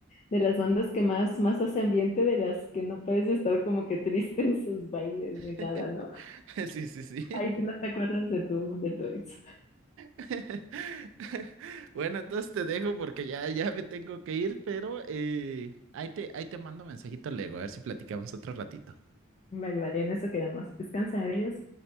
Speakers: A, on the left; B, on the right.
A: de las bandas que más, más hace ambiente, de las que no puedes estar como que triste en sus bailes ni nada,
B: <laughs>
A: ¿no?
B: Sí, sí, sí.
A: Ahí sí no te acuerdas de tu, de tu ex.
B: <laughs> Bueno, entonces te dejo porque ya, ya me tengo que ir, pero eh, ahí te, ahí te mando mensajito luego, a ver si platicamos otro ratito.
A: Vale, vale, en eso quedamos. Descansa, adiós.